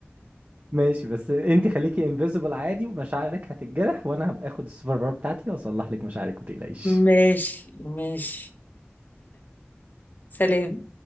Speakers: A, on the right; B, on the left.
A: ماشي بس انت خليكي انفيزبل عادي ومشاعرك هتتجرح وانا هبقى اخد السوبر باور بتاعتي واصلح لك مشاعرك ما تقلقيش
B: ماشي ماشي سلام